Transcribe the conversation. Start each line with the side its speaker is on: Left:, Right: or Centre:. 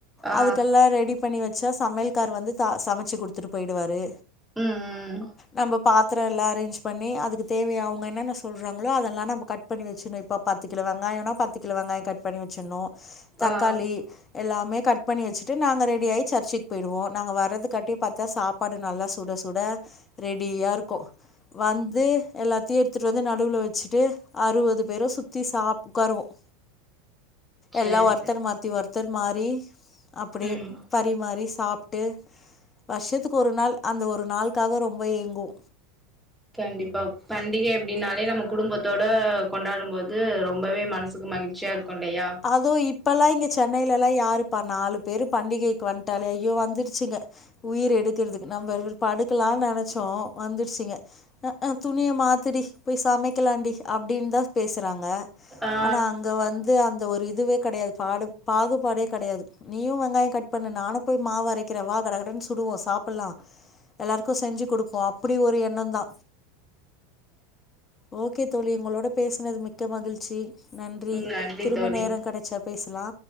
Centre: ஆ
Left: அதுக்கெல்லா ரெடி பண்ணி வச்சா சமையல்காரு வந்து சா சமச்சி குடுத்துட்டு போயிடுவாரு
Centre: ம் ம்
Left: நம்ப பாத்திரோ எல்லா அரேஞ்ச் பண்ணி அத் அதுக்கு தேவை அவுங்க என்னென்ன சொல்றாங்களோ அதெல்லா நம்ப கட் பண்ணி வச்சின்னு பத்து கிலோ வெங்காயம்னா பத்து கிலோ வெங்காயம் கட் கட் பண்ணி வச்சின்னு தக்காளி
Centre: ஆ ம்
Left: எல்லாமே கட் பண்ணி வச்சிட்டு நாங்க ரெடியாகி சர்ச்க் போயிடுவோம் நாங்க வரதுக்காட்டி பாத்தா சாப்பாடு நல்லா சுட சுட ரெடியா இருக்கும் வந்து எல்லாத்தையும் எத்துட்டு வந்து நடுவுல வெச்சுட்டு அறுவது பேரும் சுத்தி சாப்ட உக்காருவோம்
Centre: சேரி
Left: எல்லா ஒருத்தர்
Centre: சேரி
Left: மாத்தி ஒர்த் ஒர்தர் மாரி அப்டியே
Centre: ம்
Left: பரிமாறி சாப்ட்டு வருஷத்துக்கு ஒரு நாள் அந்த ஒரு நாளுக்காக ரொம்ப ஏங்குவோ
Centre: கண்டிப்பா பண்டிக அப்டின்னாலே நம்ம குடும்பத்தோட கொண்டாடும்போது ரொம்பவே மனசுக்கு மகிழ்ச்சியா இருக் கொண்டையா
Left: அதுவும் இப்பல்லா இங்க சென்னைலலா யாருப்பா நாலு பேரு பண்டிகை க்கு வந்ட்டாலே ஐயோ வந்துருச்சுங்க உயிர எடுக்கறதுக்கு நம்ம படுக்கலான் நெனச்சோ வந்துருச்சிங்க துணிய மாத்துடி போய் சமைக்கலாண்டி அப்டின் தா பேசுறாங்க
Centre: ஆ
Left: ஆனா அங்க வந் இது அந்த ஒரு இதுவே கெடயாது பாடு பாகு பாடே கெடயாது நீயும் வெங்காயம் கட் பண்ணு நானு போய் மாவு அரைக்கிற வா கட கடன்னு சுடுவோம் சாப்புல்லா எல்லாருக்கு செஞ்சு குடுப்போம் அப்படி ஒரு எண்ணம் தா
Centre: <inaudible>
Left: ஓகே தோழி உங்களோட பேசுனது மிக்க மகிழ்ச்சி நன்றி
Centre: ம் நன்றி தோழி
Left: கெடச்சா பேசலா